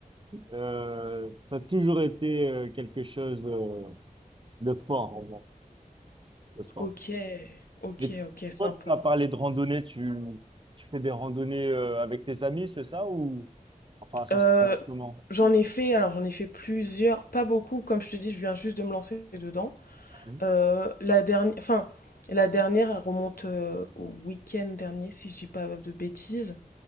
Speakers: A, on the right; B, on the left.
A: Euh, ça a toujours été euh, quelque chose euh, de fort en moi, le sport.
B: Ok, ok,
A: Mais
B: ok, sympa.
A: toi, tu m'as parlé de randonnée, tu, tu fais des randonnées euh, avec tes amis, c'est ça ou enfin ça
B: Euh,
A: se passe comment?
B: j'en ai fait, alors j'en ai fait plusieurs, pas beaucoup, comme je te dis, je viens juste de me lancer dedans.
A: Hmm,
B: Euh, la dernière, enfin, la dernière, elle remonte euh, au week-end dernier, si je dis pas de bêtises.